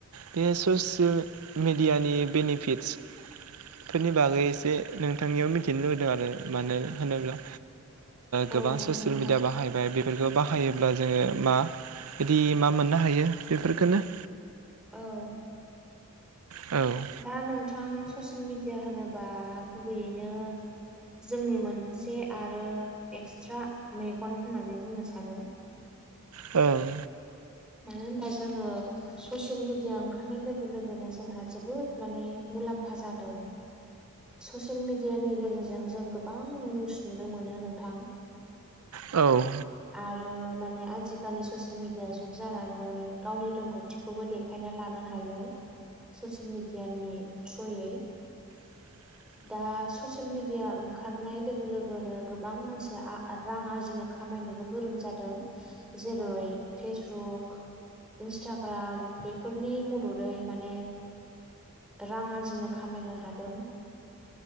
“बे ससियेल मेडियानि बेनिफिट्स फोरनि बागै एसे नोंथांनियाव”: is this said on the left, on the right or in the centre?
Right